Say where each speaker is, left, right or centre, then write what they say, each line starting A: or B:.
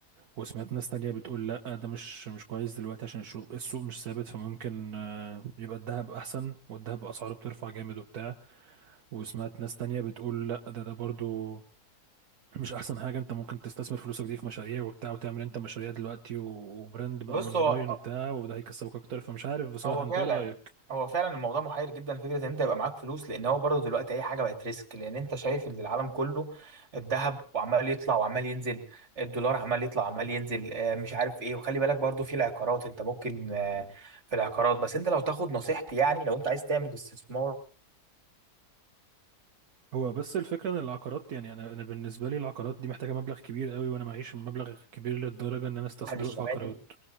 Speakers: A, on the right; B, on the right.
A: وسمعت ناس تانية بتقول لا ده مش مش كويس دلوقتي عشان الشو- السوق مش ثابت فممكن آه، يبقى الذهب أحسن والذهب أسعاره بترفع جامد وبتاع وسمعت ناس تانية بتقول لا ده ده برضو مش أحسن حاجة أنت ممكن تستثمر فلوسك دي في مشاريع وبتاع وتعمل أنت مشاريع دلوقتي و- وبراند بقى
B: بص
A: أونلاين
B: هو
A: وبتاع وده هيكسبك أكتر فمش عارف بصراحة
B: هو
A: أنت
B: فعلا
A: إيه رأيك؟
B: هو فعلا الموضوع محير جدا فكره ان انت يبقى معاك فلوس لان هو برضه دلوقتي اي حاجه بقت ريسك لان انت شايف ان العالم كله الذهب وعمال يطلع وعمال ينزل الدولار عمال يطلع وعمال ينزل آه، مش عارف ايه وخلي بالك برضه في العقارات انت ممكن آه، في العقارات بس انت لو تاخد نصيحتي يعني لو انت عايز تعمل استثمار
A: هو بس الفكرة إن العقارات يعني أنا أنا بالنسبة لي العقارات دي محتاجة مبلغ كبير قوي وأنا معيش مبلغ كبير للدرجة إن أنا أستثمره
B: للشمالي
A: في عقارات